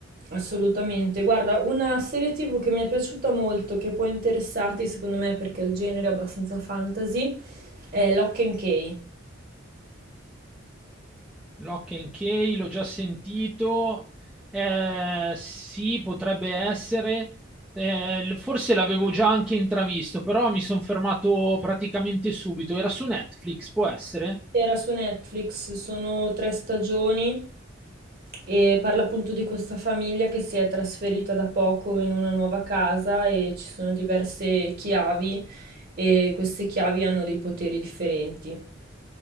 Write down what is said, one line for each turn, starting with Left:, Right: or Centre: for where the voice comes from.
Right: assolutamente. Guarda, una serie TV che mi è piaciuta molto, che può interessarti secondo me perché il genere è abbastanza fantasy, è Lock and Key.
Centre: Lock and Key, l'ho già sentito. Eh, sì, potrebbe essere. Eh, l- forse l'avevo già anche intravisto, però mi sono fermato praticamente subito. Era su Netflix, può essere?
Right: Era su Netflix, sono tre stagioni, E parla appunto di questa famiglia che si è trasferita da poco in una nuova casa e ci sono diverse chiavi e queste chiavi hanno dei poteri differenti.